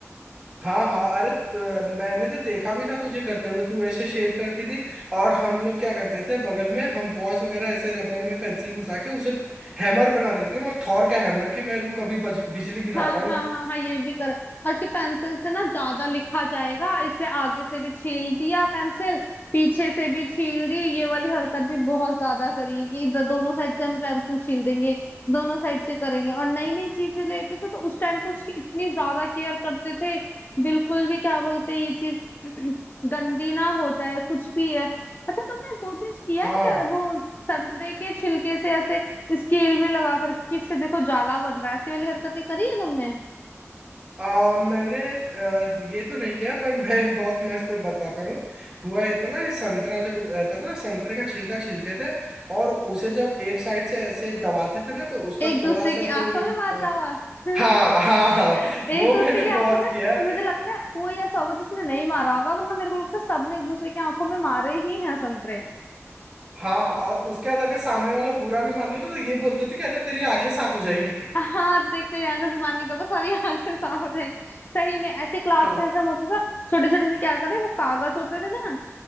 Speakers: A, on the right; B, on the left.
A: हाँ हाँ अरे त- मैंने तो देखा भी था तुझे करते हुए तू ऐसे शेव करती थी और हम लोग क्या करते थे बगल में हम बॉयज वगैरह ऐसे रबड़ में पेंसिल घुसा के उसे हैमर बना देते थे मतलब थॉर का हैमर कि मैं रू कभी बज- बिजली गिराता
B: हाँ
A: हूँ
B: हाँ हाँ हाँ ये भी कर और कि पेंसिल से ना ज्यादा लिखा जाएगा इसलिए आगे से भी छील दिया पेंसिल पीछे से भी छील दी ये वाली हरकत भी बहुत ज्यादा करी है कि इधर दोनों साइड से हम पेंसिल छील देंगे दोनों साइड से करेंगे और नई नई चीजें लेते थे तो उस टाइम पे उसकी इतनी ज्यादा केयर करते थे बिल्कुल भी क्या बोलते हैं, ये चीज <clears throat> गंदी ना हो जाए कुछ भी है अच्छा तुमने वो चीज किया
A: हाँ
B: है क्या वो संतरे के छिलके से ऐसे स्केल में लगा कर किससे देखो जाला बन रहा है ऐसी वाली हरकतें करी है तुमने
A: आ, मैंने आ, ये तो नहीं किया पर <laughs> मैं एक बहुत मस्त बताता हूँ हुआ ये था ना ये संतरा जब रहता था ना संतरे का छिलका छिलते थे और उसे जब एक साइड से ऐसे दबाते थे ना तो उसका
B: एक दूसरे
A: थोड़ा
B: की
A: सा जो
B: आंखों में मार
A: आ,
B: रहा है
A: हाँ
B: <laughs>
A: हाँ हाँ वो
B: एक दूसरे
A: मैंने
B: की आंखों
A: बहुत
B: में
A: किया है
B: मुझे लगता है कोई ऐसा होगा जिसने नहीं मारा होगा वरना मेरे को लगता है सबने एक दूसरे की आंखों में मारे ही हैं संतरे
A: हाँ और उसके बाद अगर सामने वाला बुरा भी माने ना तो ये बोलते थे कि अरे तेरी आंखें साफ हो जाएंगी
B: हाँ देखते हैं आंखों से पानी निकलता सारी आंखें साफ हो जाएंगी सही में ऐसी क्लास
A: हाँ
B: में ऐसा होता था छोटे छोटे से क्या करे वो कागज होते थे ना